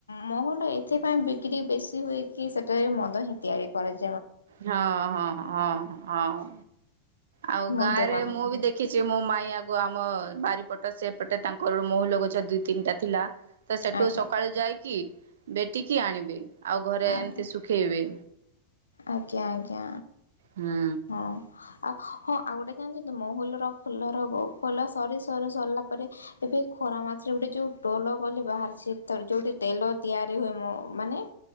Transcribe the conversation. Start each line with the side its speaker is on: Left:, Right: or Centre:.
Left: ମହୁ ଏ ଏଥିପାଇଁ ବିକ୍ରି ବେଶୀ ହୁଏକି ସେଠାରେ ମଦ ହିଁ ତିଆରି କରାଯା
Right: ହଁ, ହଁ, ହଁ, ହଁ। ଆଉ ଗାଁ
Left: ମଦ୍ୟପାନ
Right: ରେ ମୁଁ ବି ଦେଖିଚି, ମୋ ମାଇଁ ଆକୁ ଆମ ବାରି ପଟ ସେପଟେ ତାଙ୍କର ମହୁଲ ଗଛ ଦୁଇ ତିନିଟା ଥିଲା। ତ ସେଠୁ
Left: ଆଜ୍ଞା
Right: ସକାଳେ ଯାଇକି ବେଟିକି ଆଣିବି। ଆଉ ଘରେ
Left: ଆଜ୍ଞା
Right: ଏମିତି ଶୁଖେଇବେ।
Left: ଆଜ୍ଞା ଆଜ୍ଞା।
Right: ହୁଁ।
Left: ହଁ ଆ, ଖ ହଁ ଆଉ ଗୋଟେ ଜାଣିଚନ୍ତି, ମହୁଲର ଫୁଲର ବ-ଫୁଲ ସରି ସରି ସରିଲା ପରେ ଏବେ ଖରା ମାଛରେ ଗୁଟେ ଯୋଉ ଟୋଲ ବୋଲି ବାହାରିଛି ତର ଯୋଉଠି ତେଲ ତିଆରି ହୋଇ ମୋ ମାନେ